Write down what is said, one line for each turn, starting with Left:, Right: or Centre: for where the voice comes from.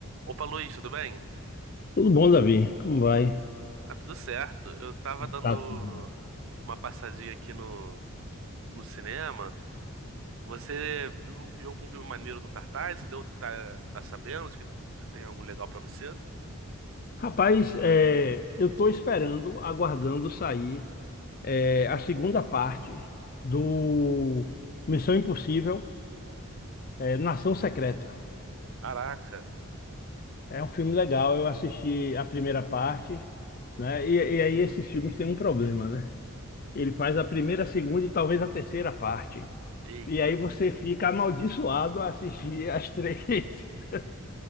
Right: Opa, Luiz, tudo bem?
Left: Tudo bom, Davi? Como vai?
Right: Ah, tudo certo. Eu tava dando
Left: Tá tudo. bem.
Right: uma passadinha aqui no, no cinema. Você viu, viu algum filme maneiro no cartaz? Você deu, tá, tá sabendo se que se tem algo legal pra você?
Left: Rapaz, é, eu estou esperando, aguardando sair é, a segunda parte do Missão Impossível, é, Nação Secreta.
Right: Caraca,
Left: É um filme legal, eu assisti a primeira parte, né? E, e aí esses filmes têm um problema, né? Ele faz a primeira, a segunda e talvez a terceira parte.
Right: eita.
Left: E aí você fica amaldiçoado a assistir as três, <laughs>